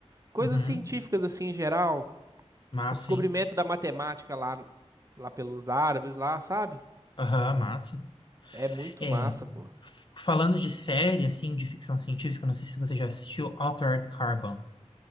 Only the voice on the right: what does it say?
coisas
científicas assim em geral,
o descobrimento
da matemática lá lá pelos árabes lá, sabe?
É muito
massa, pô.